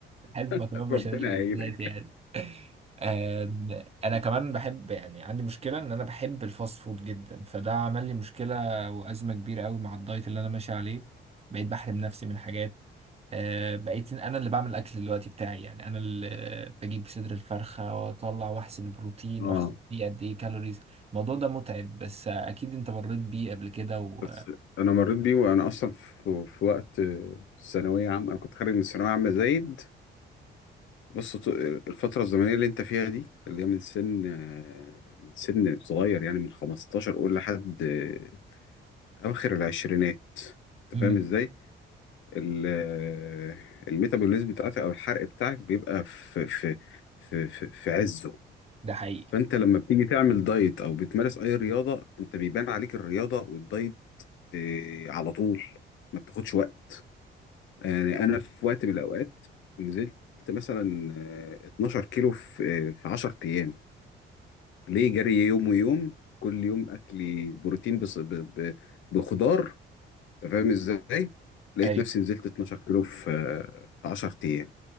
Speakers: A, on the right (about 30°); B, on the left (about 75°).
A: ألف مكرونة
B: <laughs>
A: بشاميل
B: ربنا
A: بالذات
B: يعينك
A: يعني آم، أنا كمان بحب يعني عندي مشكلة إن أنا بحب الفاست فود جدا فده عمل لي مشكلة وأزمة كبيرة أوي مع الدايت اللي أنا ماشي عليه بقيت بحرم نفسي من حاجات آه، بقيت أنا اللي بعمل الأكل دلوقتي بتاعي يعني أنا اللي بجيب صدر الفرخة وأطلع وأحسب البروتين
B: اه
A: وأحسب فيه قد إيه كالوريز الموضوع ده متعب بس أكيد أنت مريت بيه قبل كده و...
B: بس انا مريت بيه وانا اصلا في, في وقت آه، ثانويه عامه انا كنت خارج من ثانويه عامه زايد بص ط- الفتره الزمنيه اللي انت فيها دي اللي هي من سن آه، من سن صغير يعني من 15 قول لحد آه، اواخر العشرينات انت
A: مم،
B: فاهم ازاي ال- آه، الميتابوليزم بتاعتك او الحرق بتاعك بيبقى في في في في, في عزه
A: ده حقيقي
B: فانت لما بتيجي تعمل دايت او بتمارس اي رياضه انت بيبان عليك الرياضه والدايت آه، على طول ما بتاخدش وقت يعني انا في وقت من الاوقات نزلت مثلا آه، 12 كيلو في آه، في 10 ايام ليه جري يوم ويوم كل يوم اكلي بروتين بص ب... ب... بخضار انت فاهم ازاي لقيت
A: أيوه
B: نفسي نزلت 12 كيلو في آه، في 10 ايام